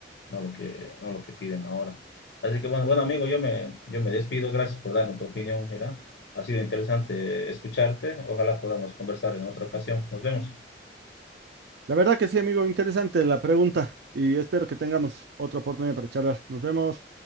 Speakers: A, on the left; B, on the right.
A: no lo que, no lo que piden ahora. Así que bueno, bueno amigo, yo me, yo me despido, gracias por darme tu opinión, mira, ha sido interesante escucharte, ojalá podamos conversar en otra ocasión, nos vemos.
B: La verdad que sí, amigo, interesante la pregunta y espero que tengamos otra oportunidad para charlar. Nos vemos.